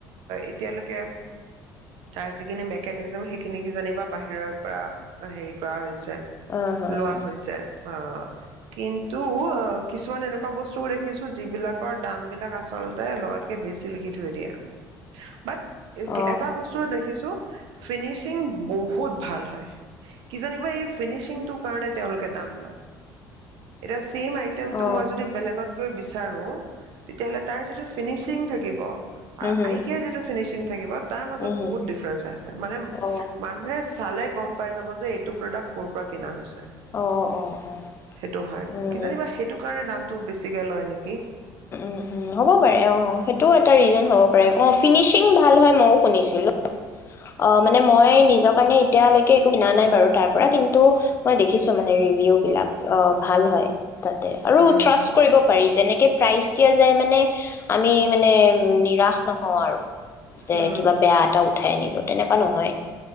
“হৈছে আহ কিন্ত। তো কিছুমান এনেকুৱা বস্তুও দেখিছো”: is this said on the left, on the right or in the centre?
Right